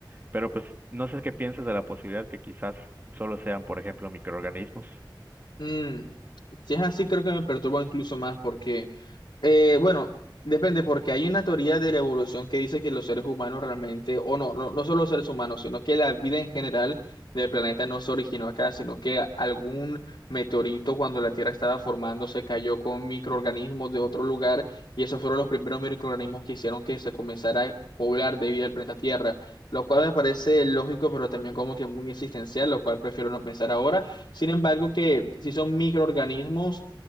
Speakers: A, on the right; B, on the left.
A: pero pues no sé qué piensas de la posibilidad que quizás solo sean, por ejemplo, microorganismos.
B: Mm, si es así, creo que me perturba incluso más porque, eh, bueno, depende, porque hay una teoría de la evolución que dice que los seres humanos realmente, o no, no, no solo los seres humanos, sino que la vida en general del planeta no se originó acá, sino que algún meteorito cuando la Tierra estaba formándose cayó con microorganismos de otro lugar y esos fueron los primeros microorganismos que hicieron que se comenzara a poblar de vida el planeta Tierra, lo cual me parece lógico, pero también como que muy existencial, lo cual prefiero no pensar ahora. Sin embargo, que si son microorganismos,